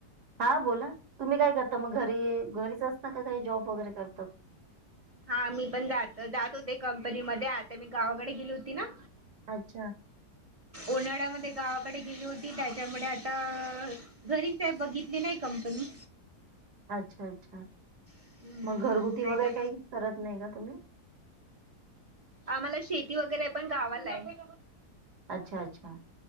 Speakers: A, on the right; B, on the right.
A: हा बोला तुम्ही काय करता मग घरी घरीच असता का काही जॉब वगैरे करतात.
B: हा मी पण जात जात होते कंपनी मध्ये आता मी गावाकडे गेली होती ना
A: अच्छा
B: उन्हाळ्यामध्ये गावाकडे गेली होती त्याच्यामुळे आता घरीच आहे बघितली नाही कंपनी
A: अच्छा अच्छा
B: हम्म
A: मग घरगुती
B: नाही
A: वगैरे
B: तर
A: काही करत नाही का तुम्ही
B: आम्हाला शेती वगैरे पण गावाला आहे.
A: अच्छा अच्छा